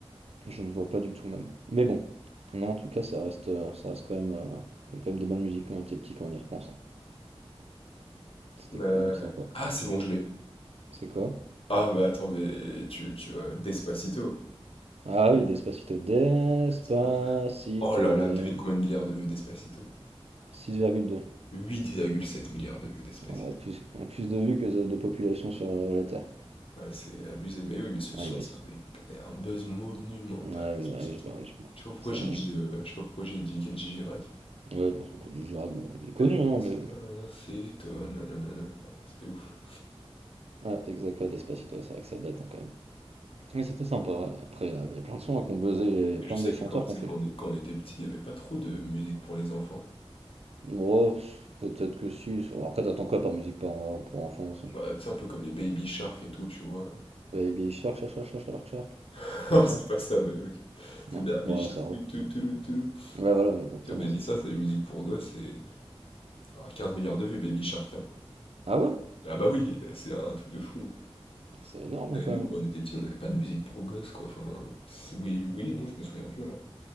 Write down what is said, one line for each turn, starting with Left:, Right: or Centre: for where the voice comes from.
Right: Je ne vois pas du tout même. Mais bon. Non, en tout cas, ça reste, euh, ça reste quand même, euh, il y a quand même des bonnes musiques quand on était petit quand on y repense. hein. C'était
Left: Bah...
Right: quand même sympa.
Left: Ah, c'est bon, je l'ai.
Right: C'est quoi?
Left: Ah, mais attends, mais tu, tu vas... Despacito.
Right: Ah oui, Despacito. Despacito.
Left: Despa- Oh là là,
Right: nanana.
Left: devine combien de milliards de vues Despacito?
Right: six virgule deux
Left: Huit virgule sept milliards de vues Despacito.
Right: Ouais, plus, plus de vues que de de population sur euh, la Terre.
Left: Non, mais c'est abusé. Mais oui, mais ce
Right: Ah,
Left: son,
Right: il descend.
Left: ça avait un buzz monumental,
Right: Ah oui,
Left: Despacito.
Right: bah oui, je, bah oui, je m'en-
Left: Je sais pas pourquoi
Right: C'est
Left: j'ai
Right: vrai,
Left: dit,
Right: je m'en-
Left: euh, je sais pas pourquoi j'ai dit Kenji Girac.
Right: Ouais, parce que quand du Girac, bon, il est connu,
Left: Les
Right: hein,
Left: Despacito,
Right: mais.
Left: nanana. Ouais, non, c'était ouf.
Right: Ouais, exact, ouais, Despacito, c'est vrai que ça date, hein, quand même. Mais c'était sympa, ouais. Après, il y a il y a plein de sons hein, qu'on buzzait, il y a
Left: Je
Right: plein
Left: sais
Right: de chanteurs
Left: que quand, tu
Right: qu'on
Left: sais,
Right: fait.
Left: quand on est- quand on était petit, il n'y avait pas trop de musique pour les enfants.
Right: Oh, pff, peut-être que si. ça- Après, t'attends quoi par musique pour, pour enfants aussi?
Left: Bah, tu sais, un peu comme les Baby Shark et tout, tu vois.
Right: Baby Shark, Shark, Shark, Shark, Shark, Shark.
Left: <laughs>
Right: Comme
Left: Non,
Right: ça?
Left: c'est pas ça, mais ok.
Right: Non,
Left: C'est Baby
Right: ouais,
Left: Shark.
Right: ça va.
Left: tu, tu, tu, tu, tu.
Right: Ouais, voilà, exactement,
Left: Tu vois, Baby
Right: c'est
Left: Shark,
Right: ça.
Left: c'est les musiques pour gosses. et Ah, 15 milliards de vues, Baby Shark. hein.
Right: Ah ouais?
Left: Ah bah oui, c'est un truc de fou.
Right: C'est énorme,
Left: hein.
Right: hein,
Left: Et
Right: quand
Left: nous,
Right: même.
Left: quand on était petits, on n'avait pas de musique pour gosses, quoi. Enfin, c'est- oui, oui, non, je me souviens plus alors.